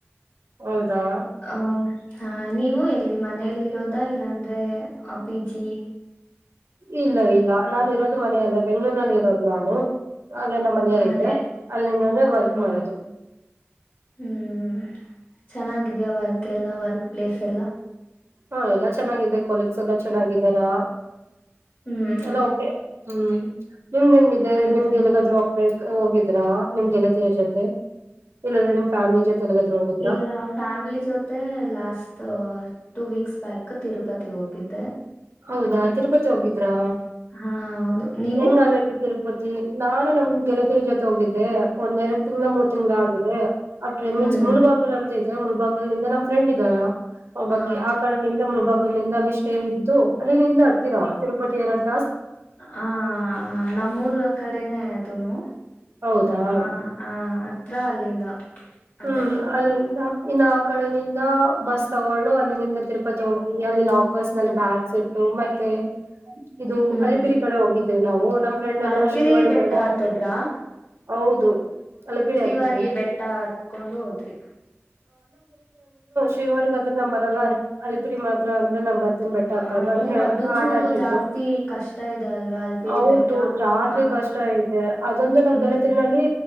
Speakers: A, on the right; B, on the left.
A: ಹೌದಾ
B: ಹಂ ಹಾ ನೀವು ಎಲ್ಲಿ ಮನೆಯಲ್ಲಿರೋದ, ಇಲ್ಲಾ ಅಂದ್ರೆ ಅ ಪಿ ಜಿ
A: ಇಲ್ಲ ಇಲ್ಲ ನಾನು ಇರೋದು ಮನೆಯಲ್ಲೇ ಬೆಂಗ್ಗಳೂರ್ನಲ್ಲಿ ಇರೋದು ನಾನು ಅಲ್ಲೆ ನಮ್ಮನೆಯಲ್ಲಿದ್ದೆ
B: ಅದೇ
A: ಅಲ್ಲಿಂದನೇ ವರ್ಕ್
B: ಹ್ಮ್
A: ಮಾಡೋದು.
B: ಹ್ಮ್ ಚೆನ್ನಾಗಿದ್ಯಾ ವರ್ಕೆಲ್ಲಾ ವರ್ಕ್ ಪ್ಲೇಸ್ ಎಲ್ಲ?
A: ಹಾ ಎಲ್ಲಾ ಚೆನ್ನಾಗಿದೆ ಕೊಲೀಗ್ಸ್ ಎಲ್ಲಾ ಚೆನ್ನಾಗಿದ್ದಾರಾ.
B: ಹ್ಮ್
A: ಎಲ್ಲ ಓಕೆ ಹ್ಮ್ ನಿಮ್ದ ಹೆಂಗ್ ಇದೆ,
B: ಹ್ಮ್
A: ನಿಮ್ಗ್ ಎಲ್ಲಿಗಾದ್ರೂ ಹೋಗ್ ಹೋಗಿದ್ರಾ ನಿಮ್ ಗೆಳತಿಯ ಜೊತೆ ಇಲ್ಲಂದ್ರೆ ನಿಮ್ ಫ್ಯಾಮಿಲಿ ಜೊತೆ ಎಲ್ಲಿಗಾದ್ರೂ ಹೋಗಿದ್ರಾ
B: ಇಲ್ಲ ಫ್ಯಾಮ್ಲಿ ಜೊತೆ ಲಾಸ್ಟ್ ಟು ವೀಕ್ಸ್ ಬ್ಯಾಕ್ ತಿರುಪತಿಗೆ ಹೋಗಿದ್ದೆ
A: ಹೌದಾ ತಿರುಪತಿ ಹೋಗಿದ್ರಾ,
B: ಹಾ ಹೌದು ನೀವು
A: ಹೆಂಗಾಗೈತಿ ತಿರುಪತಿ? ನಾನು ನಮ್ ಗೆಲತಿ ಜೊತೆ ಹೋಗಿದ್ದಿ ಒಂದ್ ಎರಡ್ ತಿಂಗ್ಳು ಮೂರ್ ತಿಂಗ್ಳು ಆಗಿದೆ, ಆ ಟೈಮಿಂಗ್ಸ್
B: ಹ್ಮ್
A: ಮುಳುಗಾಕಲು ಅಂತ ಅಯ್ತ್ ಮುಲ್ಭಾಗಲ್ಿಂದ ನಮ್ಮ ಫ್ರೆಂಡ್ ಇದ್ದಾರಾ ಹಬಕಿ
B: ಹ
A: ಆ ಕಡೆಯಿಂದ ಮುಳಬ <unintelligible> ಅಲ್ಲಿ ಇಷ್ಟೇ ಅಲ್ಲಿಲ್ಲಿಂದ ಆಡ್ತೀರಾ ತಿರುಪತಿ ಎರಡು
B: ಹಾ ನಮ್ಮೂರ್ ಕಡೆನೆೇ ಅದುನು
A: ಹೌದಾ
B: ಆ ಅತ್ರ ಅಲ್ಲಿಂದ
A: ಹ್ಮ್
B: ಅದೇ
A: ಅಲ್ಲಿಂದ ಇನ್ನು ಆ ಕಡೆಯಿಂದ ಬಸ್ ತಗೊಳ್ಳು ಅ ಲ್ಲಿ ತಿರುಪತಿ ಹೋಗಿ ಅಲ್ಲಿ ಲಾಕರ್ಸ್ ನಲ್ಲಿ ಬ್ಯಾಗ್ಸ್ ಇಟ್ಟು ಮತ್ತೆ ಇದು
B: ಹ್ಮ್
A: ಅಲಿಪಿರಿ ಕಡೆ ಹೋಗಿದ್ದೇವೆ ನಾವು ನಮ್ ಫ್ರೆಂಡ್ ಎಲ್ಲ
B: ಅಲ್ಪಿರಿ
A: ಶಿವರ್
B: ಬೆಟ್ಟ
A: ಬೇಡ
B: ಹತ್ತದ್ರ
A: ಹೌದು ಅಲಿಪಿರಿ ಹತ್ತಿದ್ವಿ
B: ಬಾರಿ ಬೆಟ್ಟ ಹತ್ಕೊಂಡು ಹೋದ್ರಿ.
A: <unintelligible> ನಂಬರರ್ಲ್ಲ ಅ ಅಲಿತುರಿ ಮಾಡತ ಂದ ನಂಬರ್ ತಿನ್ಬಟ್ಟ
B: ಅದು
A: ಆತದ ಅಂತ
B: ಅದು ಚೂರು
A: ಆಟ ಹಚಿದ್ರು
B: ಜಾಸ್ತಿ ಕಷ್ಟ ಇದೆ ಅಲ್ವಾ ಅಲ್ಪಿರಿ
A: ಹೌದು
B: ಬೆಟ್ಟ
A: ಜಾಸ್ತಿ
B: ಆ
A: ಕಷ್ಟ ಇದೆ ಅದೊಂದು ನಮ್
B: ಹ್ಮ್
A: ಕಲಿತರಿನಲ್ಲಿ.